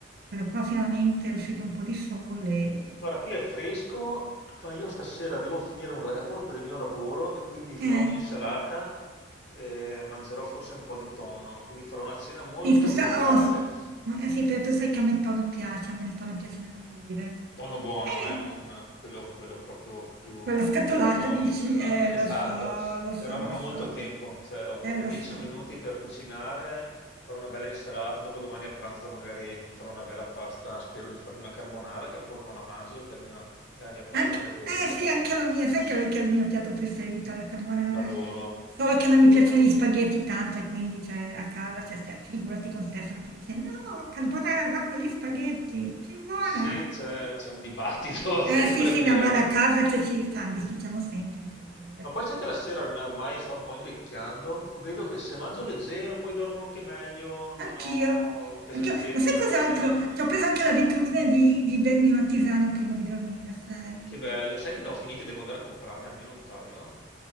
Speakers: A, on the right (about 50°); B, on the left (about 60°).
A: però qua finalmente è uscito un po' di sole,
B: Guarda, qui è fresco, ma io stasera devo finire un report per il mio lavoro e quindi farò
A: il eh,
B: un'insalata e mangerò forse un po' di tonno, quindi farò una cena molto
A: sì tu
B: frugale.
A: sa oh s ma, eh sì, però tu sai che a me il tono piace, a me il tono piace da morire.
B: Tonno buono,
A: Bene
B: eh, non quello, quello proprio più,
A: Quella scatolata
B: più economico,
A: dici, eh,
B: <laughs> esatto.
A: lo so, lo so,
B: Però non
A: lo
B: ho
A: so,
B: molto tempo, cioè ho proprio
A: eh, lo
B: 10
A: so.
B: minuti per cucinare, farò una bella insalata, dopo domani a pranzo magari mi farò una bella pasta, spero di farmi una carbonara che è un po' che non la mangio, che è il mio- è la mia pasta
A: Anche,
B: preferita.
A: eh sì, anche la mia, sai che che è il mio piatto preferito, la carbonara.
B: L'adoro,
A: Solo che
B: l'adoro.
A: non mi piacciono gli spaghetti tanto e quindi cioè, a casa, cioè, Ste- figurati con Stefano che dice, no, carbonara va con gli spaghetti, più buona.
B: Sì, c'è c'è un dibattito
A: Eh
B: <laughs> sempre
A: sì, sì,
B: qui.
A: no,
B: eh.
A: guarda,
B: cioè.
A: a casa cioè, ci cioè, bisticciamo sempre, figurati,
B: Ma poi
A: insomma.
B: sai che la sera ormai ormai sto un po' invecchiando, vedo che se mangio leggero poi dormo anche meglio, non
A: Anch'io,
B: ho pesantezza.
A: anch'io, ma sai cos'altro? Cioè,
B: eh.
A: ho preso anche l'abitudine di, di bermi una tisana prima di dormire, sai?
B: Che bello. Sai che ne ho finite, devo andare a comprarne almeno un paio.